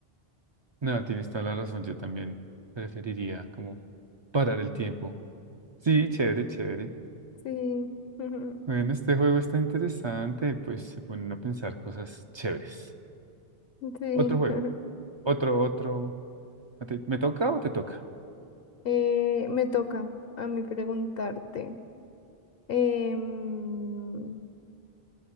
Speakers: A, on the right; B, on the left.
A: No, tienes toda la razón, yo también preferiría como parar el tiempo. Sí, chévere, chévere.
B: Sí. <laughs>
A: Bueno, este juego está interesante, pues se ponen a pensar cosas chéveres.
B: Sí.
A: Otro juego,
B: <laughs>
A: otro, otro. ¿A ti- ¿Me toca o te toca?
B: Eh, me toca a mí preguntarte. Em,